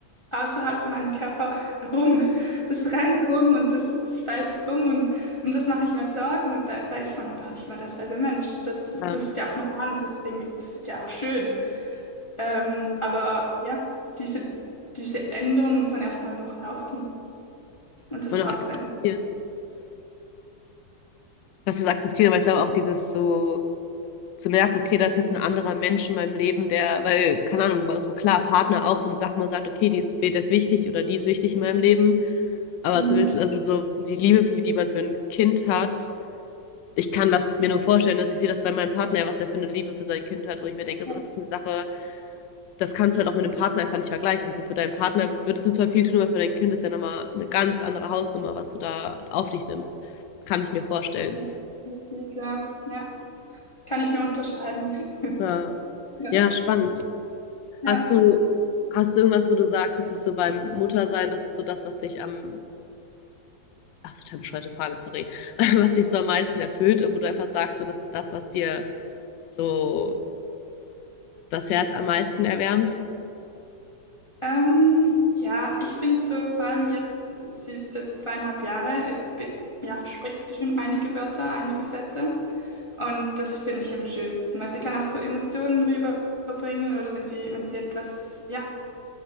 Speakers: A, on the left (about 25°); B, on the left (about 70°).
A: außerhalb von meinem Körper <laughs> rum. Das rennt rum und das, das fällt um und um das mache ich mir Sorgen und da, da ist man einfach nicht mehr derselbe Mensch. Das,
B: Ja,
A: das ist ja auch normal und das Ding, das ist ja auch schön. Ähm, aber ja, diese, diese Änderung muss man erstmal durchlaufen. Und das
B: und
A: braucht
B: auch akzeptieren.
A: seine.
B: Was ist akzeptieren, aber ich glaube auch dieses so zu merken, okay, da ist jetzt ein anderer Mensch in meinem Leben, der, weil, keine Ahnung, war so klar, Partner auch so eine Sache, man sagt, okay, die ist, der ist wichtig oder die ist wichtig in meinem Leben, aber
A: Mhm.
B: zu wissen, also so die Liebe, für- die man für ein Kind hat, ich kann das mir nur vorstellen, also ich sehe das bei meinem Partner, was er für eine Liebe für sein Kind hat, wo ich mir denke, so,
A: Ja,
B: das ist eine Sache, das kannst du halt auch mit einem Partner einfach nicht vergleichen. So für deinen Partner würdest du zwar viel tun, aber für dein Kind ist ja nochmal eine ganz andere Hausnummer, was du da auf dich nimmst. Kann ich mir vorstellen.
A: ja. definitiv, ja. Ja. kann ich nur unterschreiben. <laughs>
B: Ja,
A: Ja.
B: ja spannend.
A: Ja.
B: Hast du, hast du irgendwas, wo du sagst, es ist so beim Muttersein, das ist so das, was dich am, ach, total bescheuerte Frage, sorry, <laughs> was dich so am meisten erfüllt und wo du einfach sagst, so, das ist das, was dir so das Herz am meisten erwärmt?
A: Ähm, ja, ich finde so, vor allem jetzt, sie ist jetzt zweieinhalb Jahre, jetzt be- ja, spricht sie schon einige Wörter, einige Sätze. Und das finde ich am schönsten, weil sie kann auch so Emotionen rüberbringen oder wenn sie, wenn sie etwas, ja,